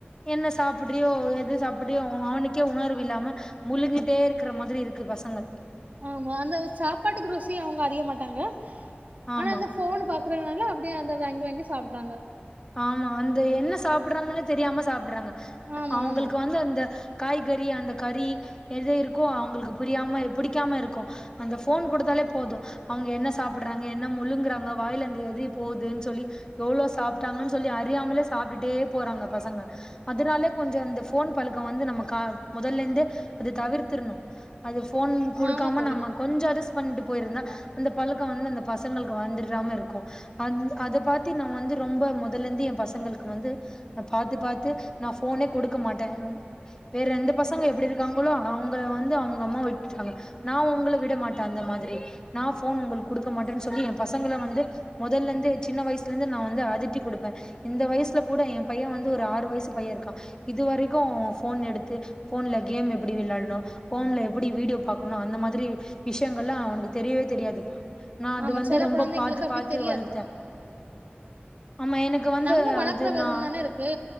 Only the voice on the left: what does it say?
என்ன சாப்படுறியோ எது அப்படியு அவனுக்கே உணர்வு இல்லாம முழுங்கிட்டே இருக்குற மாதிரி இருக்கு பசங்க
ஆமா
ஆமா அந்த என்ன சாப்படுறாங்கன்னு தெரியாம சாப்படுறாங்க
அவங்களுக்கு
வந்து அந்த காய் கறி அந்த கறி எது இருக்கோ அவங்களுக்கு புரியாம புடிக்காம இருக்கு அந்த ஃபோன் குடுத்தாலே போது அவங்க என்ன சாப்படுறாங்க என்ன முழுங்குறாங்க வாயிலர்ந்து எது போதுன்னு சொல்லி எவ்ளோ சா ப்டாங்கன்னு சொல்லி அறியாமலே சாப்பிட்டுட்டே போறாங்க பசங்க அதனால கொஞ்சோ இந்த ஃபோன் பழுக்கம் வந்து நம்ம கா நம்ம மொதல்ல இருந்ததே அது தவிர்த்திரணு அது ஃபோன் குடுக்காம
நம்ம கொஞ்ச அட்ஜஸ் பண்ணிட்டு போயிருந்தா அந்த பழக்கோ வந்து அந்த பசங்களுக்கு வந்துறாம இருக்கு அந் அத பாத்தி நம்ம வந்து ரொம்ப மொதல்ல இருந்தே என் பசங்களுக்கு வந்து நா பாத்து பாத் து நா ஃபோனே குடுக்க மாட்டே வேற எந்த பசங்க எப்படி இருக்காங்களோ அவங்க வந்து அவங்க அம்மா விட்ருவாங்க நா உங்கள விட மாட்டே அந்த மாதிரி நா ஃபோன் உங்களுக்கு குடுக்க மாட்டேன்னு சொல்லி என் பசங்கள வந்து மொதல்ல இருந்தே சின்ன வயசுலேர்ந்தே நா வந்து அதட்டி குடுப்பே இந்த வயசுல கூட என் பைய வந்து ஒரு ஆறு வயசு பைய இருக்கா இதுவரைக்கு அவ ஃபோன் எடுத்து ஃபோன்ல கேம் எப்டி விளையாடணு ஃபோன்ல எப்படி வீடியோ பாக்கணு அந்த மாதிரி விஷயங்கள்லா அவனக்கு தெரியவே தெரியாதுப்பா நா அது
வந்து
ரொம்ப
பாத்து
பாத்து
வளத்தே ஆமா எனக்கு வந்து
அது
நா